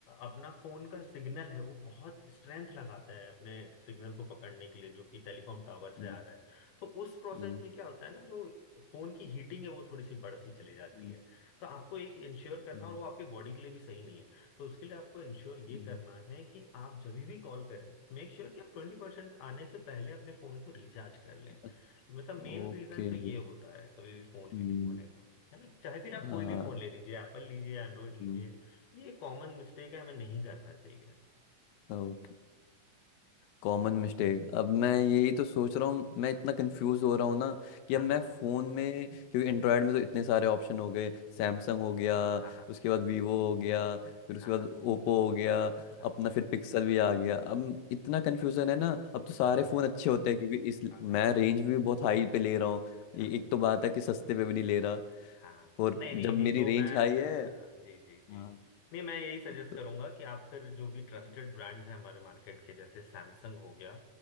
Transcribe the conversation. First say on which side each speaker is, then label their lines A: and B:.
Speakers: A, on the left; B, on the left.
A: अपना फोन का सिग्नल है वो बहुत स्ट्रेंथ लगाता है अपने सिग्नल को पकड़ने के लिए जो कि टेलीकॉम टावर से
B: हम्म
A: आ रहा है तो उस प्रोसेस
B: हम्म
A: में क्या होता है ना जो फोन की हीटिंग है वो थोड़ी सी बढ़ सी चली जाती
B: हम्म,
A: है तो आपको एक इंश्योर
B: हम्म,
A: करना और वो आपके बॉडी के लिए भी सही नहीं है तो उसके लिए आपको इंश्योर ये
B: हम्म,
A: करना है कि आप जब भी कॉल करें मेक श्योर कि आप ट्वेंटी परसेंट आने से पहले अपने फ़ोन को रिचार्ज कर लें
B: अच्छा,
A: मतलब मेन
B: ओके
A: रीज़न तो ये होता है कभी भी फ़ोन
B: हम्म
A: हीटिंग होने का है ना चाहे फिर आप
B: हाँ
A: कोई भी फ़ोन ले लीजिए एप्पल लीजिए एंड्रॉयड लीजिए
B: हम्म
A: ये कॉमन मिस्टेक है हमें नहीं करना चाहिए
B: हम्म, कॉमन मिस्टेक अब मैं यही तो सोच रहा हूँ मैं इतना कंफ्यूज हो रहा हूँ ना कि
A: हाँ
B: अब मैं
A: हाँ
B: फ़ोन में क्योंकि एंड्रॉयड में तो इतने सारे ऑप्शन हो गए सैमसंग
A: जी
B: हो गया
A: हाँ हाँ
B: उसके बाद वीवो हो गया फिर उसके
A: हाँ
B: बाद
A: हाँ
B: ओप्पो हो गया
A: हाँ
B: अपना
A: हाँ
B: फिर पिक्सल भी आ गया अब इतना कन्फ्यूज़न है ना अब तो सारे
A: हाँ हाँ
B: फ़ोन अच्छे होते हैं क्योंकि इस
A: हाँ
B: मैं
A: हाँ हाँ हाँ हाँ
B: रेंज भी बहुत हाई पे ले रहा हूँ ये-
A: हाँ
B: एक तो बात है कि सस्ते पे भी नहीं ले रहा
A: हाँ
B: और
A: नहीं
B: जब
A: नहीं नहीं
B: मेरी
A: तो
B: रेंज
A: मैं
B: हाई है
A: जी जी जी
B: हाँ
A: नहीं मैं यही सजेस्ट
B: तो
A: करूंगा कि आप फिर जो भी ट्रस्टेड
B: हम्म,
A: ब्रांड्स हैं हमारे मार्केट के जैसे सैमसंग हो गया